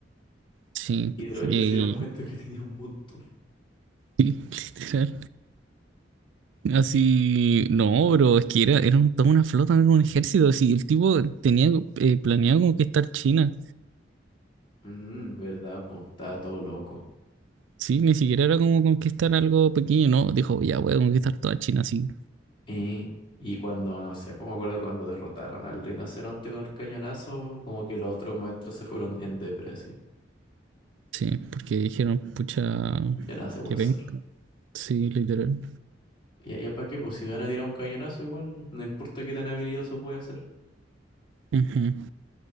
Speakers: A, on the right; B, on the left.
A: sí.
B: Y de repente
A: y
B: se dieron cuenta que tenía un montón.
A: literal. Así, no, bro, es que era, era un- toda una flota, era un ejército. Así, el tipo tenía eh, planeado conquistar China.
B: Mm, ¿verdad, pues? Estaba todo loco.
A: Sí, ni siquiera era como conquistar algo pequeño, no. Dijo, ya voy a conquistar toda China, sí.
B: Y, y cuando, no sé, pues me acuerdo cuando derrotaron al rinoceronte con el cañonazo, como que los otros maestros se fueron en depre así.
A: Sí, porque dijeron, pucha,
B: Ya nada se puede
A: que
B: hacer.
A: ven. Sí, literal.
B: Y allá para qué, pues si me van a tirar un cañonazo igual, no importa qué tan habilidoso pueda ser.
A: Ujú.